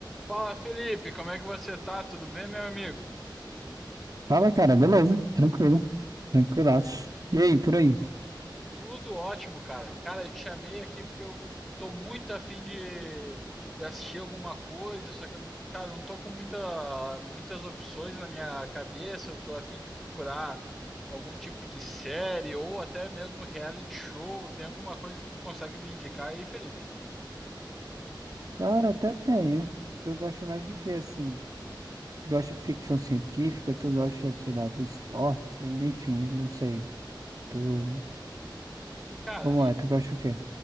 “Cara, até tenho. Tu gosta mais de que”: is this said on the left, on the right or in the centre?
Right